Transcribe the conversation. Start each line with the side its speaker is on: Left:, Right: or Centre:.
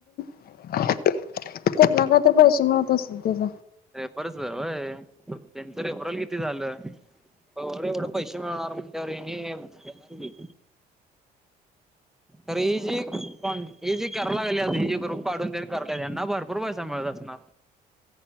Left: तेना काय तर पैसे मिळत असतील त्याच.
Centre: रेफरच वय त्यांच रेफरल किती झालं? एवढं पैसे मिळणार म्हणल्यावर हेनी देणार की. अरे ही जी पण ही जी कराय लागल्यात ही जी ग्रुप काढून त्यांनी कराल्यात यांना भरपूर पैसा मिळत असणार.